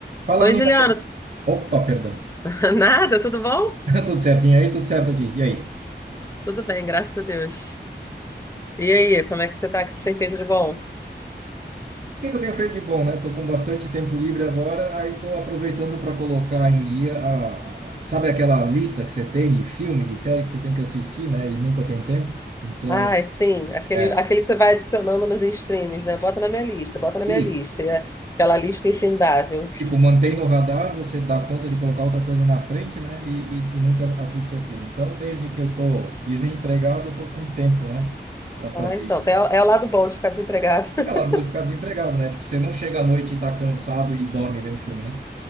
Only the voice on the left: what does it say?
Oi,
Juliana.
<laughs> Nada, tudo bom?
Tudo bem, graças a Deus. E aí, como é que você tá? O que você tem feito de bom?
Ai, sim, aquele,
aquele que você vai adicionando nos streams, né? Bota na minha lista, bota na
minha lista. E é aquela lista infindável.
Ah, então,
é, o- é o lado bom de ficar desempregado. <laughs>